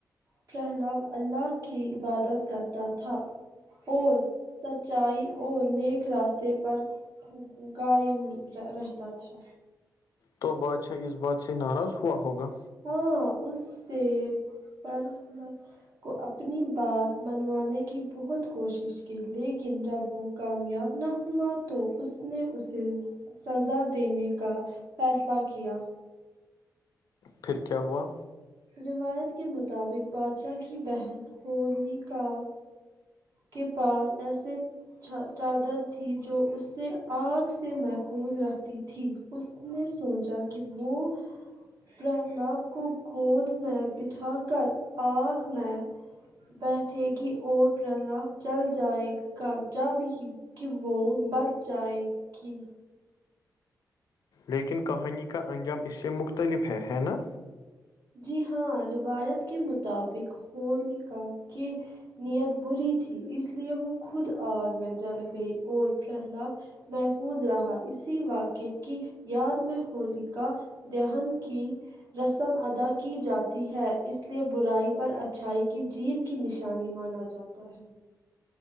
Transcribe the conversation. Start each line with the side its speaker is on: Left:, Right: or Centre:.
Right: پہلا رب اللہ کی عبادت کرتا تھا اور سچائی اور نیک راستے پر قائم رہ رہتا تھا
Left: تو بادشاہ اس بات سے ناراض ہوا ہوگا
Right: ہاں اس سے پر کو اپنی بات منوانے کی بہت کوشش کی لیکن جب وہ کامیاب نہ ہوا تو اس نے اسے سزا دینے کا فیصلہ کیا
Left: پھر کیا ہوا
Right: روایت کے مطابق بادشاہ کی بہن ہولی کا کے پاس ایسے چہا چادر تھی جو اس سے آگ سے محفوظ رکھتی تھی اس نے سوچا کہ وہ پہلاب کو گود میں بٹھا کر آگ میں بیٹھے گی اور پرلاد جل جائے گا جب ہی کہ وہ بچ جائے گی
Left: لیکن کہانی کا انجام اس سے مختلف ہے ہے نا
Right: جی ہاں روایت کے مطابق ہول کاکے نیت بری تھی اس لیے وہ خود آگ میں جل گئی اور پہلاب محفوظ رہا اسی واقعے کی یاد میں ہولی کا دہان کی رسم ادا کی جاتی ہے اس لیے برائی پر اچھائی کی جیت کی نشانی مانا جاتا ہے